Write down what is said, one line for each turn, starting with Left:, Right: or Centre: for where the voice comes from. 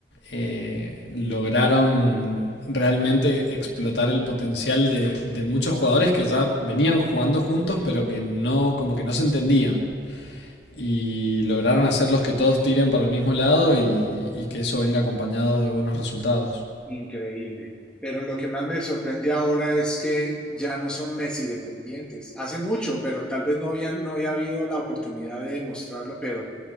Left: Eh, lograron realmente explotar el potencial de, de muchos jugadores que ya venían jugando juntos, pero que no, como que no se entendían. Y lograron hacerlos que todos tiren para el mismo lado y y que eso venga acompañado de buenos resultados.
Centre: Increíble. Pero lo que más me sorprende ahora es que ya no son Messi dependientes. Hace mucho, pero tal vez no habían, no había habido la oportunidad de demostrarlo, pero